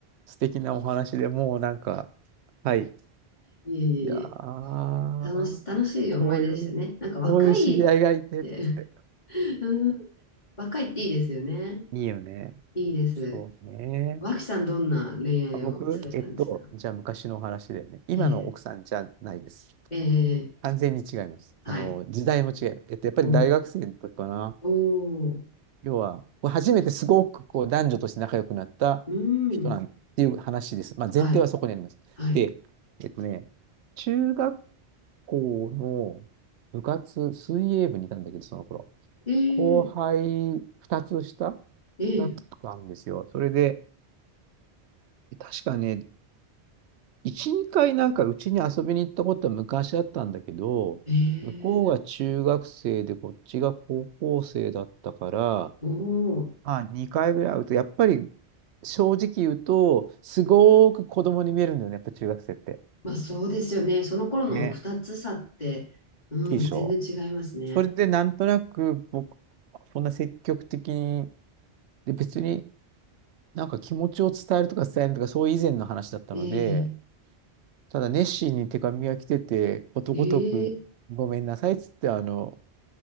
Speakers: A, on the right; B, on the left.
A: 素敵なお話でもうなんか、はい。
B: いえいえいえ。
A: いやー、
B: 楽し、楽しい思い出でしたね。
A: こういう、
B: なんか若いっ
A: こういう知り合いがいてって、
B: て <laughs> うん、若いっていいですよね。
A: いいよね。
B: いいです。
A: そうね。
B: 脇さん、どんな恋愛をされたんですか
A: あ、僕、えっと、じゃあ昔のお話だよね。今の奥さんじゃないです。
B: ええええ
A: 完全に違います。
B: はい。
A: あの、時代も違う。えっと、やっぱり大学生の時かな。
B: お、おー、
A: 要は、初めてすごくこう男女として仲良くなった人なんていう話です。
B: うん、
A: まあ、
B: はい、
A: 前提はそこにあります。
B: はい。
A: で、えっとね、中学校の部活、水泳部にいたんだけど、その頃。
B: ええ
A: 後輩2つ下
B: え
A: だったんですよ。それで、確かね、1、2回なんかうちに遊びに行ったことは昔あったんだけど、
B: えええ
A: 向こうが中学生でこっちが高校生だったから、
B: おおー、
A: まあ、2回ぐらい会うと、やっぱり正直言うと、すごーく子供に見えるんだよね、やっぱ中学生って。
B: まあそうですよね。その頃の二つ差って、
A: ね、
B: うん、
A: 大きいでしょ。
B: 全然違いますね。
A: それでなんとなく僕、そんな積極的に、で別になんか気持ちを伝えるとか伝えるとか、そういう以前の話だったので、
B: ええ
A: ただ熱心に手紙が来てて、ことごとく、
B: ええ
A: ごめんなさいっつって、あの、